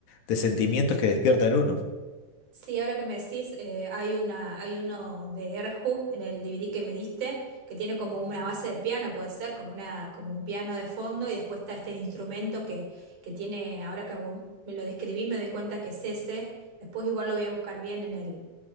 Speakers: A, on the left; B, on the right.
A: de sentimientos que despierta en uno.
B: Sí, ahora que me decís, eh, hay una, hay uno de Erhu en el DVD que me diste, que tiene como una base de piano, puede ser, como una, como un piano de fondo, y después está este instrumento que, que tiene, ahora que me lo describís, me doy cuenta que es ese. Después igual lo voy a buscar bien en el,